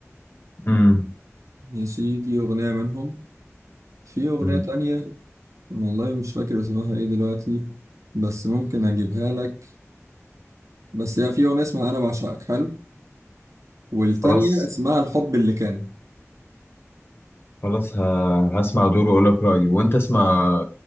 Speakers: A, on the left; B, on the right.
A: امم
B: ماشي دي أغنية منهم في أغنية
A: امم
B: تانية والله مش فاكر اسمها ايه دلوقتي بس ممكن أجيبها لك بس هي في أغنية اسمها أنا بعشقك حلو والتانية
A: خلاص
B: اسمها الحب اللي كان
A: خلاص ه- هسمع دور واقول لك رايي وانت اسمع